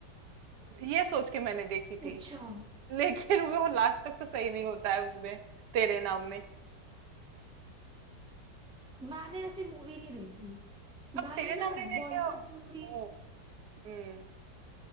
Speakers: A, on the right; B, in the centre.
A: ये सोच के मैंने देखी थी
B: अच्छा
A: <laughs> लेकिन वो लास्ट तक तो सही नहीं होता है उसमें तेरे नाम में
B: मैंने ऐसी मूवी नहीं देखी
A: अब
B: मैंने
A: तेरे
B: ना
A: नाम नहीं देखे
B: बॉलीवुड
A: हो
B: मूवीज
A: ओ, हम्म